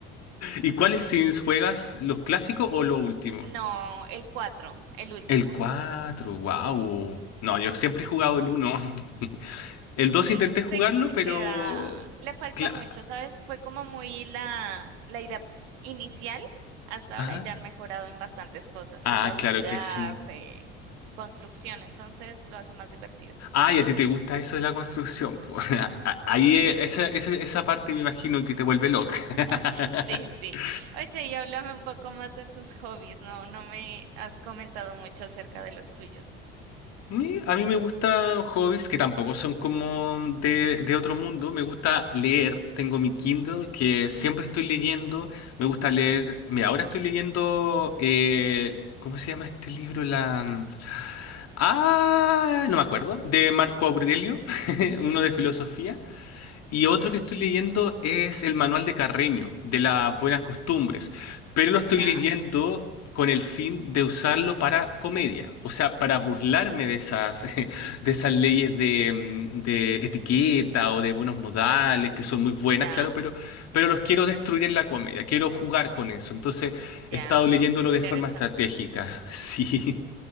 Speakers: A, on the left (about 55°); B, on the right (about 70°).
A: ¿Y cuáles Sims juegas? ¿Los clásicos o los últimos?
B: No, el 4, el último.
A: El cuatro wow. No,
B: Sí.
A: yo siempre he jugado el uno <laughs> El
B: Sí,
A: 2 intenté
B: se,
A: jugarlo,
B: se
A: pero...
B: queda. Le falta
A: cla-
B: mucho, ¿sabes? Fue como muy la, la idea inicial. Hasta
A: Ajá.
B: ahora ya han mejorado en bastantes cosas.
A: Ah,
B: Jugabilidad,
A: claro que sí.
B: eh, construcción, entonces lo hace más divertido.
A: Ah, y a ti te gusta eso de la construcción. po. <laughs> A- a- Ahí
B: Y
A: eh,
B: sí,
A: esa, esa, esa parte me imagino que te vuelve loca. <laughs>
B: <laughs> sí, sí. Oye, y háblame un poco más de tus hobbies, ¿no? No me has comentado mucho acerca de los tuyos.
A: Mi- A mí me gustan hobbies que tampoco son como de, de otro mundo. Me gusta leer. Tengo mi Kindle que siempre estoy leyendo. Me gusta leer. Mira, ahora estoy leyendo. eh, ¿cómo se llama este libro? La... mm, Ah, no me acuerdo. De Marco Aurelio, <laughs> uno de filosofía. Y otro que estoy leyendo es el Manual de Carreño, de las buenas costumbres, pero lo estoy
B: Ya,
A: leyendo con el fin de usarlo para comedia, o sea, para burlarme de esas, <laughs> de esas leyes de, mm, de etiqueta o de buenos modales, que son muy buenas,
B: ya,
A: claro, pero, pero los quiero destruir en la comedia, quiero jugar con eso. Entonces, he
B: ya.
A: estado leyéndolo
B: Interesante.
A: de forma estratégica, <laughs> sí.